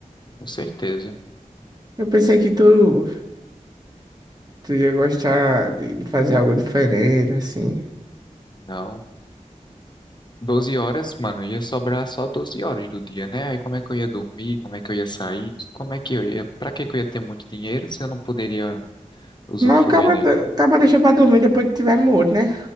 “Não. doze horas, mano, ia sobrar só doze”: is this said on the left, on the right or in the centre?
Left